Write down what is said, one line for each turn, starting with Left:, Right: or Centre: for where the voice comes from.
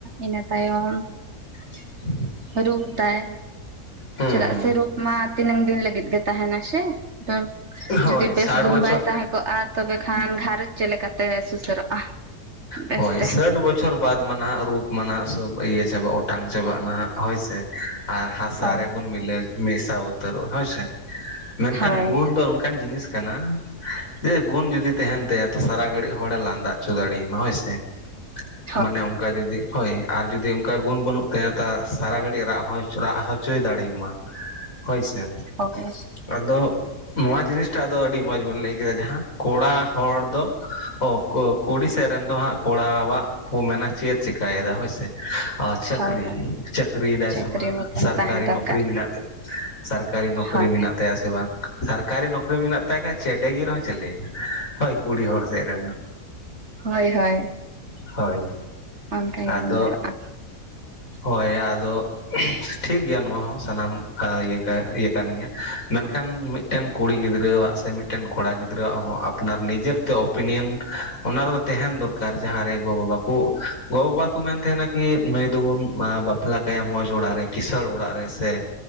Right: ᱤᱱᱟᱹ ᱛᱟᱭᱚᱢ
Left: <inaudible>
Right: ᱨᱩᱯ ᱛᱟᱭ,
Left: ᱦᱩᱸ
Right: ᱪᱮᱫᱟᱜ
Left: ᱦᱩᱸ
Right: ᱥᱮ ᱨᱩᱯ ᱢᱟ ᱛᱤᱱᱟᱹᱝ ᱫᱤᱱ ᱞᱟᱹᱜᱤᱫ ᱜᱮ ᱛᱟᱦᱮᱱᱟ ᱥᱮ᱾ ᱛᱚ
Left: ᱦᱳᱭ
Right: ᱡᱩᱫᱤ
Left: ᱥᱟᱴ
Right: ᱵᱮᱥ ᱜᱩᱱ
Left: ᱵᱚᱪᱷᱚᱨ
Right: ᱵᱟᱭ ᱛᱟᱦᱮᱸ ᱠᱚᱜ-ᱟ, ᱛᱚᱵᱮ ᱠᱷᱟᱱ ᱜᱷᱟᱨᱚᱸᱡᱽ ᱪᱮᱫ ᱞᱮᱠᱟᱛᱮ ᱥᱩᱥᱟᱹᱨᱚᱜ-ᱟ᱾ ᱵᱮᱥ
Left: ᱦᱳᱭ
Right: ᱛᱮ᱾
Left: ᱥᱟᱴ ᱵᱚᱪᱷᱚᱨ ᱵᱟᱫ ᱢᱟ ᱱᱟᱦᱟᱜ ᱨᱩᱯ ᱢᱟ, ᱱᱟᱦᱟᱜ ᱥᱚᱵ ᱤᱭᱟᱹ ᱪᱟᱵᱟᱜ ᱚᱴᱟᱝ ᱪᱟᱵᱟᱜ-ᱟ, ᱱᱟᱦᱟᱜ ᱦᱳᱭᱥᱮ ᱟᱨ ᱦᱟᱥᱟ
Right: ᱦᱳᱭ
Left: ᱨᱮᱵᱚᱱ ᱢᱤᱞᱟᱹ ᱢᱮᱥᱟ, ᱩᱛᱟᱹᱨᱚᱜ ᱦᱮᱸᱥᱮ ᱢᱮᱱᱠᱷᱟᱱ
Right: ᱦᱳᱭ
Left: ᱜᱩᱱ ᱫᱚ ᱚᱱᱠᱟᱱ ᱡᱤᱱᱤᱥ ᱠᱟᱱᱟ ᱡᱮ ᱜᱩᱱ ᱡᱩᱫᱤ ᱛᱟᱦᱮᱱ ᱛᱟᱭᱟ, ᱛᱚ ᱥᱟᱨᱟ ᱜᱷᱟᱹᱲᱤᱡ ᱦᱚᱲ ᱮ ᱞᱟᱸᱫᱟ ᱦᱚᱪᱚ ᱫᱟᱲᱮᱭᱟᱢᱟ, ᱦᱳᱭ ᱥᱮ᱾
Right: <inaudible> <inaudible>
Left: ᱢᱟᱱᱮ ᱚᱱᱠᱟ ᱡᱩᱫᱤ ᱦᱳᱭ ᱟᱨ ᱡᱩᱫᱤ ᱚᱱᱠᱟ ᱜᱩᱱ ᱵᱟᱹᱱᱩᱜ ᱛᱟᱭᱟ ᱛᱚ, ᱥᱟᱨᱟ ᱜᱷᱟᱹᱲᱤᱡ ᱨᱟᱜ ᱦᱚᱸᱭ ᱪᱚ ᱨᱟᱜ ᱦᱚᱪᱚᱭ ᱫᱟᱲᱮᱭᱟᱢᱟ᱾ ᱦᱳᱭ ᱥᱮ᱾
Right: ᱳᱦ <unintelligible>
Left: ᱟᱫᱚ ᱱᱚᱣᱟ ᱡᱤᱱᱤᱥᱴᱟᱜ ᱫᱚ ᱟᱹᱰᱤ ᱢᱚᱸᱡᱽ ᱵᱮᱱ ᱞᱟᱹᱭ ᱠᱮᱫᱟ, ᱡᱟᱦᱟᱸ ᱠᱚᱲᱟ ᱦᱚᱲ ᱫᱚ ᱦᱚᱠᱚ ᱠᱩᱲᱤ ᱥᱮᱫ ᱨᱮᱱ ᱫᱚ ᱦᱟᱸᱜ ᱠᱚᱲᱟᱣᱟᱜ ᱠᱚ ᱢᱮᱱᱟ, ᱪᱮᱫ ᱮ ᱪᱮᱠᱟᱭᱮᱫᱟ ᱦᱳᱭᱥᱮ᱾ ᱟᱨ ᱪᱟᱹᱠᱨᱤ,
Right: ᱦᱳᱭ ᱦᱳᱭ
Left: ᱪᱟᱹᱠᱨᱤ ᱫᱟᱭ
Right: ᱪᱟᱹᱠᱨᱤ
Left: ᱥᱮ ᱵᱟᱝ
Right: ᱢᱤᱫᱴᱟᱝ
Left: ᱥᱟᱨᱠᱟᱨᱤ
Right: ᱛᱟᱦᱮᱸ ᱫᱚᱨᱠᱟᱨ
Left: ᱱᱚᱠᱨᱤ ᱢᱮᱱᱟᱜ ᱛᱮ ᱥᱟᱨᱠᱟᱨᱤ ᱱᱚᱠᱨᱤ
Right: ᱦᱳᱭ
Left: ᱢᱮᱱᱟᱜ ᱛᱟᱭᱟ ᱥᱮ ᱵᱟᱝ? ᱥᱟᱨᱠᱟᱨᱤ ᱱᱚᱠᱨᱤ ᱢᱮᱱᱟᱜ ᱛᱟᱭ ᱠᱷᱟᱡ, ᱪᱮᱰᱮ ᱜᱮ ᱨᱮᱦᱚᱸ ᱪᱟᱹᱞᱮᱭᱟ ᱦᱳᱭ᱾ ᱠᱩᱲᱤ ᱦᱚᱲ ᱥᱮᱫ ᱨᱮᱱ
Right: ᱦᱳᱭ ᱦᱳᱭ
Left: ᱦᱳᱭ᱾
Right: ᱚᱱᱠᱟ ᱜᱮ
Left: ᱟᱫᱚ
Right: ᱧᱮᱞᱚᱜᱼᱟ
Left: ᱦᱳᱭ ᱟᱫᱚ ᱴᱷᱤᱠᱜᱮᱭᱟ ᱱᱚᱣᱟ ᱦᱚᱸ ᱥᱟᱱᱟᱢ ᱤᱭᱟᱹ ᱠᱟ ᱤᱭᱟᱹ ᱠᱟᱱ ᱜᱮᱭᱟ, ᱢᱮᱱᱠᱷᱟᱱ ᱢᱤᱫᱴᱮᱱ ᱠᱩᱲᱤ ᱜᱤᱫᱽᱨᱟᱹᱣᱟᱜ ᱥᱮ ᱢᱤᱫᱴᱮᱱ ᱠᱩᱲᱤ ᱜᱤᱫᱨᱟᱹᱜ ᱥᱮ, ᱢᱤᱫᱴᱮᱱ ᱠᱚᱲᱟ ᱜᱤᱫᱽᱨᱟᱹᱣᱟᱜ ᱦᱚᱸ ᱟᱯᱱᱟᱨ ᱱᱤᱡᱮᱨ ᱛᱮ ᱚᱯᱤᱱᱤᱭᱚᱱ ᱚᱱᱟ ᱨᱮ ᱫᱚ ᱛᱟᱦᱮᱱ ᱫᱚᱨᱠᱟᱨ ᱡᱟᱦᱟᱸ ᱨᱮ, ᱜᱚ ᱵᱟᱵᱟ ᱠᱚ ᱜᱚ ᱵᱟᱵᱟ ᱠᱚ ᱢᱮᱱ ᱛᱟᱦᱮᱱᱟ ᱠᱤ ᱢᱟᱹᱭ ᱫᱚᱵᱚᱱ ᱵᱟ ᱵᱟᱯᱞᱟ ᱠᱟᱭᱟ ᱢᱚᱸᱡᱽ ᱚᱲᱟᱜ ᱨᱮ, ᱠᱤᱥᱟᱹᱲ ᱚᱲᱟᱜ ᱨᱮ ᱥᱮ,